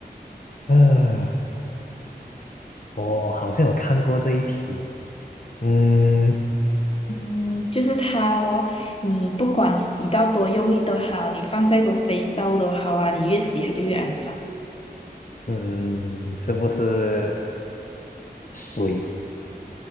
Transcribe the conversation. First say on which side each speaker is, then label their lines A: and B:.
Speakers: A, on the left; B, on the left.
A: 呃，我好像有看过这一题，嗯
B: 嗯，就是它哦。你不管洗到多用力都好，你放再多肥皂都好啊，你越洗它就越肮脏。
A: 嗯，是不是水？